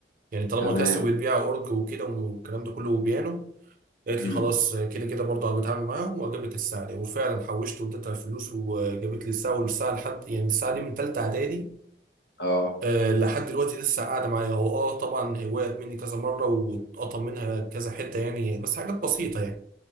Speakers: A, on the right; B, on the left.
A: يعني طالما
B: تمام
A: كاسيو بتبيع اورج وكده والكلام ده كله وبيانو قالت
B: امم
A: لي خلاص آه، كده كده برضه انا بتعامل معاهم واجيب لك الساعه دي وفعلا حوشت واديتها الفلوس وجابت لي الساعه والساعه لحد يعني الساعه دي من ثالثه اعدادي
B: اه
A: آه، لحد دلوقتي لسه قاعده معايا هو اه طبعا هي وقعت مني كذا مره واتقطم منها كذا حته يعني بس حاجات بسيطه يعني